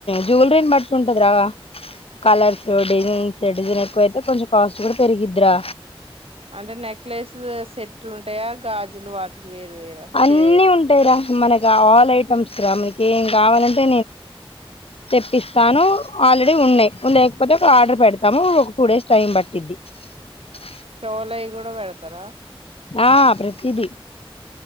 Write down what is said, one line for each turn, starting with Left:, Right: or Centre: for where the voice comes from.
Left: జ్యువెలరీన్ బట్ంటది రా కలర్స్ డిజైన్స్ డిజైన్ ఎక్కువైతే కొంచెం కాస్ట్ కూడా పెరిగిదిరా
Right: అంటే నెక్లెస్ సెట్లు ఉంటాయా గాజులు వాటికి వేరు వేరా
Left: అన్ని
Right: చే
Left: ఉంటాయిరా మనకి ఆల్ ఐటమ్స్ రా మనకి ఏం కావాలంటే తెప్పిస్తాను ఆల్రెడీ ఉన్నాయి లేకపోతే ఒక ఆర్డర్ పెడతాము ఒక టూ డేస్ టైం పట్టిద్ది అ
Right: చొవలవి కూడా పేడతారా
Left: ఆ ప్రతిది